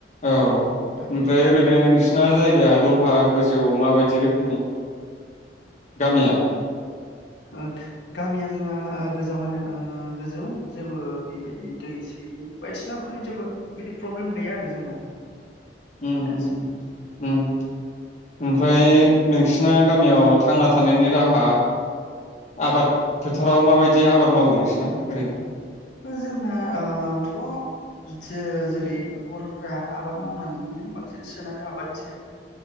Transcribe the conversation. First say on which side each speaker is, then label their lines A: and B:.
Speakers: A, on the left; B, on the left.
A: औ
B: माने दायो
A: ओमफ्राय ओरैनो
B: ओ
A: नोंसिना जायगाया दलहा गोजौआव माबायदि रोखोमनि गामिया?
B: ओ गामिया जोंना ओ गोजावानो ओ गोजौ जेबो बेबायदि दै सै बायदिसिनाफोरनि जेबो बिदि प्रब्लेम गैया आरो जोंना।
A: ओम
B: गासिबो
A: ओम ओम ओमफ्राय नोंसिना गामियाव थांना थानायनि राहा आबाद फोथाराव माबायदि आबाद मावो नोंसिना ओरैनो?
B: जोंना ओ थ' बिदि जेरै बर'फोरा आबाद मावनानै बांसिन सोनारो आबादनि सायावनो